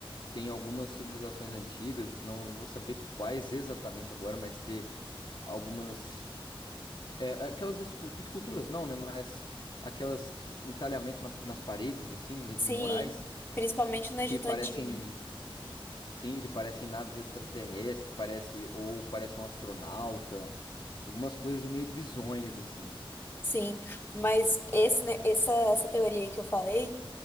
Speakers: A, on the left; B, on the left.
A: tem algumas civilizações antigas, não vou saber quais exatamente agora, mas ter algumas é, aquelas escu- esculturas, não, né? Mas aquelas entalhamentos na- nas paredes assim, no- em
B: Sim,
A: murais
B: principalmente no Egito
A: que parecem
B: Antigo.
A: Sim, que parecem naves extraterrestres, que parece ou parece um astronauta, algumas coisas meio bizonhas assim.
B: Sim, mas esse, né, essa, essa teoria aí que eu falei,